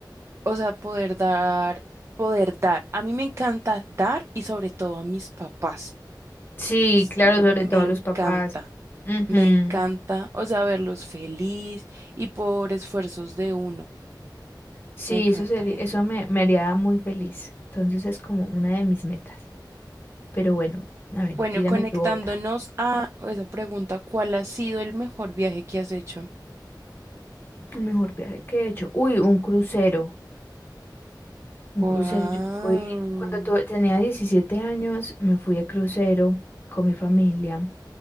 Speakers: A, on the right; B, on the left.
A: O sea, poder dar, poder dar. A mí me encanta dar y sobre todo a mis papás.
B: Sí,
A: Sí,
B: claro, sobre
A: me
B: todo
A: encanta.
B: a los papás. Ujú.
A: Me encanta, o sea, verlos feliz y por esfuerzos de uno.
B: Sí,
A: Me encanta
B: eso sería,
A: eso.
B: eso me, me haría muy feliz. Entonces es como una de mis metas. Pero bueno, a ver,
A: Bueno,
B: tírame
A: conectándonos
B: tu otra.
A: a esa pregunta, ¿cuál ha sido el mejor viaje que has hecho?
B: El mejor viaje que he hecho. Uy, un crucero. Un
A: Wow.
B: crucero. Yo fui, cuando tuve- tenía 17 años, me fui de crucero con mi familia.